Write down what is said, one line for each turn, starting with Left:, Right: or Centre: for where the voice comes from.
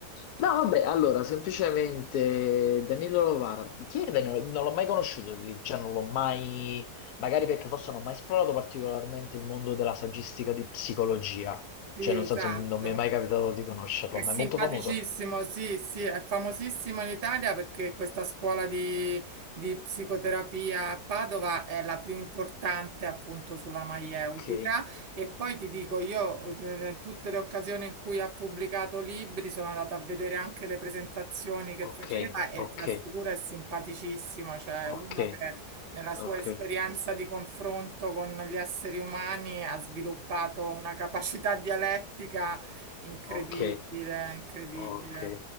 Left: vabbè, allora, semplicemente Danilo Novara. Chi è Danilo? Non l'ho mai conosciuto, ti dico, cioè non l'ho mai... Magari perché forse non ho mai esplorato particolarmente il mondo della saggistica di psicologia.
Right: Sì,
Left: Cioè, nel
Right: esatto.
Left: senso, non mi è mai capitato di conoscerlo,
Right: È simpaticissimo,
Left: ma è molto famoso.
Right: sì, sì, è famosissimo in Italia perché questa scuola di, di psicoterapia a Padova è la più importante appunto sulla maieutica
Left: Ok,
Right: e poi ti dico, io eh, tutte le occasioni in cui ha pubblicato libri sono andata a vedere anche le presentazioni che faceva
Left: ok,
Right: e
Left: ok,
Right: ti assicuro è simpaticissimo, cioè uno
Left: ok,
Right: che nella sua
Left: ok,
Right: esperienza di confronto con gli esseri umani ha sviluppato una capacità dialettica Incredibile,
Left: ok,
Right: incredibile.
Left: ok,